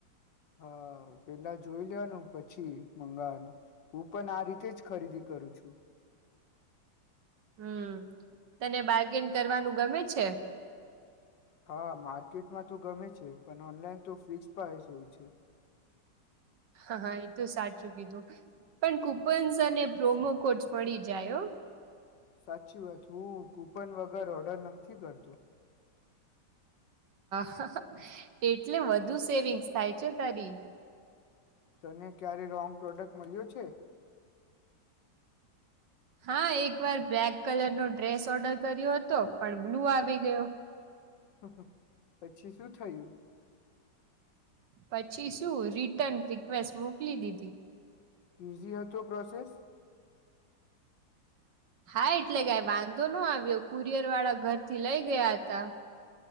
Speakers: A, on the left (about 70°); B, on the right (about 70°).
A: હા પેલા જોઈ લેનું પછી મંગાવવાનું હુ પણ આ રીતે જ ખરીદી કરું છું.
B: હમ્મ તને બારગીન કરવાનું ગમે છે.
A: હા માર્કેટમાં તો ગમે છે પણ ઓનલાઈન તો ફિક્સ પ્રાઇસ હોય છે.
B: હા હા એ તો સાચું કીધું પણ કુપન્સ અને પ્રોમો કોડ મળી જાય.
A: સાચી વાત હું કુપન વગર ઓર્ડર નથી કરતો.
B: હ એટલે વધુ સેવિંગ્સ થાય છે તારી.
A: તને ક્યારે રોંગ પ્રોડક્ટ મળ્યો છે.
B: હા એક વાર બ્લેક કલર નો ડ્રેસ ઓર્ડર કર્યો હતો પણ બ્લુ આવી ગયો.
A: હ હ. પછી શું થયું.
B: પછી શું રિટર્ન રિક્વેસ્ટ મોકલી દીધી.
A: ઈઝી હતો પ્રોસેસ.
B: હા એટલે કઈ વાંધો ન આવ્યો કુરિયર વાળા ઘરથી લઈ ગયા હતા.